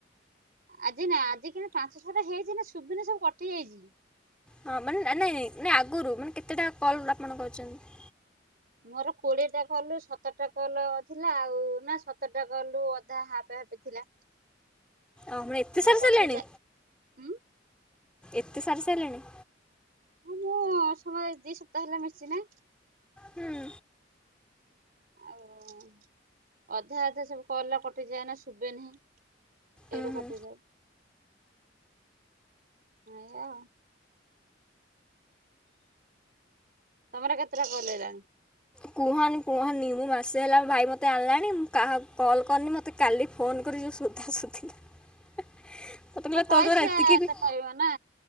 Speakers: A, on the right (about 50°); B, in the centre.
A: ଆଜି ନା ଆଜି କିନ୍ତୁ ପାଞ୍ଚ ଛଅଟା ହେଇଛି ନା ସୁଭୁନି ସବୁ କଟି ଯାଇଛି।
B: ହଁ ମାନେ ନାଇଁ ନାଇଁ ଆଗରୁ ମାନେ କେତେଟା କଲ୍ ଆପଣ କରିଛନ୍ତି?
A: ମୋର କୋଡିଏ ଟା କଲ୍ ରୁ ସତରଟା କଲ୍ ଥିଲା ଆଉ ନା ସତରଟା କଲ୍ ରୁ ଅଧା ହାପ୍ ହାପ୍ ଥିଲା।
B: ଆପଣ ଏତେ
A: ହେରା
B: ସାରି
A: କଟିଯାଏ
B: ସାରିଲଣି
A: ଉଁ
B: ଏତେ ସାରି ସାରିଲେଣି?
A: ହଁ ମୁଁ ସମୁଦାୟ ଦି ସପ୍ତାହ ହେଲେ ମିଶିଚିନା।
B: ହୁଁ।
A: ଆଉ ଅଧା ଅଧା ସବୁ କଲ୍ ଗୁରା କଟି ଯାଏ ନା ଶୁଭେ ନାହିଁ।
B: ଉଁ
A: ଏଡୁ
B: ହୁଁ।
A: କଟି ଯାଏ ଏଇଆ। ତମର କେତେଟା କଲ୍ ହେଲାଣି?
B: କୁହନି କୁହନି ମୁଁ ମାସେ ହେଲା ଭାଇ ମୋତେ ଆଣିଲାଣି ମୁଁ କାହା କଲ୍ କରିନି ମୋତେ ମୋତେ କାଲି ଫୋନ୍ କରି ଯୋଉ ସୋଦାସୁଧିଲା ମତେ କହିଲା
A: ନା
B: ତୋ
A: ପଇସା
B: ଦ୍ୱାରା ଏତିକି ବି
A: ତ ପାଇବ ନା।